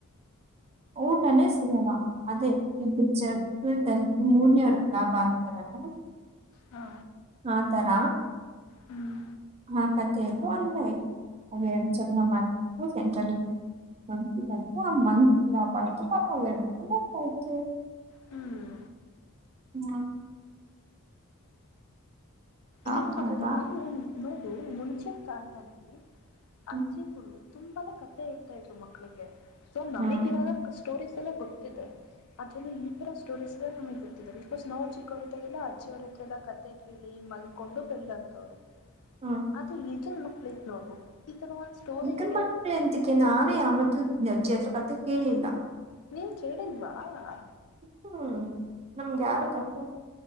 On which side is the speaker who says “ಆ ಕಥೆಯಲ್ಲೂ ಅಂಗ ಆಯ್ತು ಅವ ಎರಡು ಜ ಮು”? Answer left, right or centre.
Right